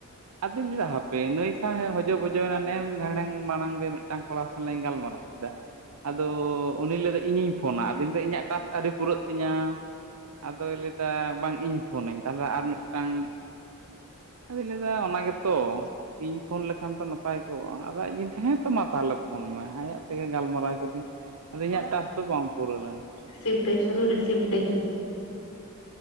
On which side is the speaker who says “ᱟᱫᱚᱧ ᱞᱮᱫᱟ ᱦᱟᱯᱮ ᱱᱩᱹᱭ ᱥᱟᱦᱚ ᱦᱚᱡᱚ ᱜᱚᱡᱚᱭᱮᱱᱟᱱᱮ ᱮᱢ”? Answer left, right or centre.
Right